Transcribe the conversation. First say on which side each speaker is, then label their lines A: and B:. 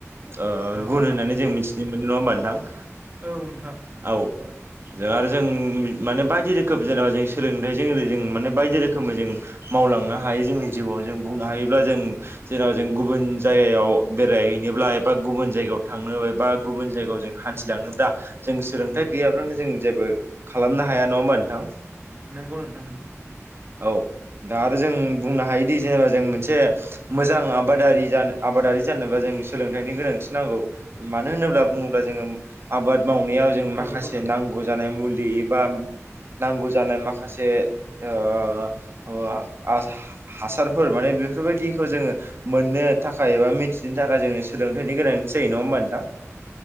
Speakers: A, on the right; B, on the right.
A: ओ
B: औ
A: गुन
B: नोंथां
A: होननानै जों मिथिनो मोनो नङा होमबा नोंथां।
B: औ नोंथां।
A: औ आरो जों माने बायदि रोखोम जेनेबा जों सोलोंथाइजों जों माने बायदि रोखोम रोखोमै जों मावलांनो हायो जोंनि जिउआव जों। बुंनो हायोब्ला जेराव जों गुबुन जायगायाव बेरायहैनोब्ला एबा गुबुन जायगायाव थांनो बा गुबुन जायगायाव जों हान्थिलाङोब्ला जों सोलोंथाइ गैयाब्लानो जों जेबो खालामनो हाया नङामोन। नोंथां।
B: नंगौ नोंथां नोंगौ।
A: औ दा आरो जों बुंनो हायोदि जेनेबा जों मोनसे मोजां आबादारि जानो आबाद आरि जानोबा जों सोलोंथाइनि गोनांथि नांगौ मानो होनोब्ला बुङोब्ला जोङो आबाद मावनायाव जों
B: औ
A: माखासे
B: नंगौ नोंथां
A: नांगौ जानाय मुलि एबा नांगौ जानाय माखासे ओ आसार हासारफोर माने बेफोरबायदिखौ जोङो मोननो थाखाय एबा मिथिनो थाखाय जोङो सोलोंथाइनि गोनांथि जायो नङा होमबा नोंथां।